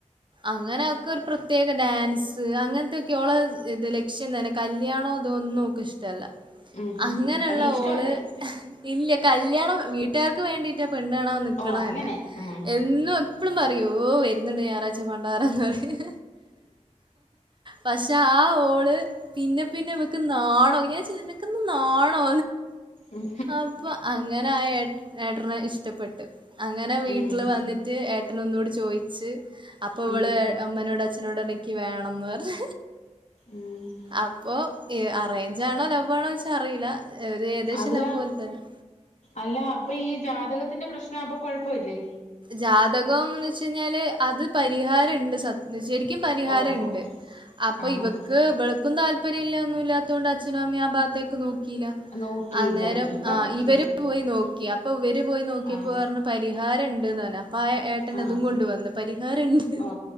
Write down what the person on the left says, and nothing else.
ഉം
ഉം ഏഹ് ഇഷ്ടമല്ലേ
ഓ അങ്ങനെ
ആഹ്
ഉം
ഉം
ഉം
ഉം
അല്ല
അല്ല അപ്പൊ ഈ ജാതകത്തിന്റെ പ്രശ്നം അപ്പൊ കൊഴപ്പ പ്പോ ഇല്ലേ
ഓഹോ
ആഹ്
നോക്കിയില്ല
ഇനിയിപ്പം
ഉം
ആഹ്
ആഹ്
ഓ